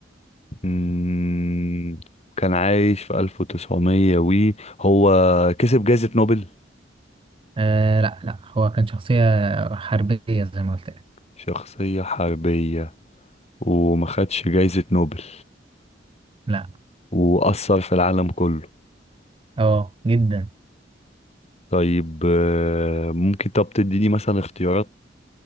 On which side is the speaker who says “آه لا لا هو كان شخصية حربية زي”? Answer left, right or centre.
Right